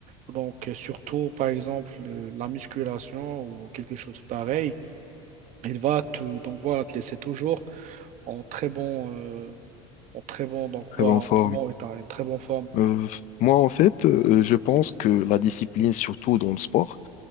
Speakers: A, on the right; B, on the left.
A: donc euh, surtout par exemple euh, la musculation ou quelque chose pareil il va te, donc voilà, te laisser toujours en très bon, euh, en très bon, donc
B: très
A: voilà,
B: bonne
A: en
B: forme.
A: très bon état, en très bonne forme.
B: Euh, moi, en fait, euh, je pense que la discipline, surtout dans le sport,